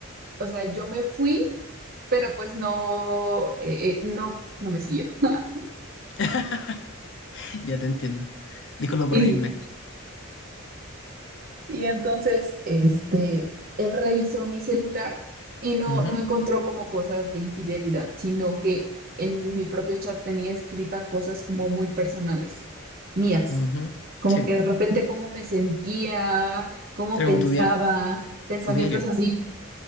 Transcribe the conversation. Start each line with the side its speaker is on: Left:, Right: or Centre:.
Right: o sea, yo me fui, pero pues no, eh, eh, no, no me siguió. <laughs>
Left: <laughs> <laughs> Ya te entiendo. Disculpa
Right: Y,
Left: por reírme.
Right: y entonces, este, él revisó mi celular y no,
Left: Ujú,
Right: no encontró como cosas de infidelidad, sino que en mi propio chat tenía escrita cosas como muy personales, mías.
Left: ujú.
Right: Como
Left: Sí,
Right: que
Left: pues.
Right: de repente cómo me sentía, cómo
Left: Era
Right: pensaba,
Left: como tu diario.
Right: pensamientos
Left: Tu diario.
Right: así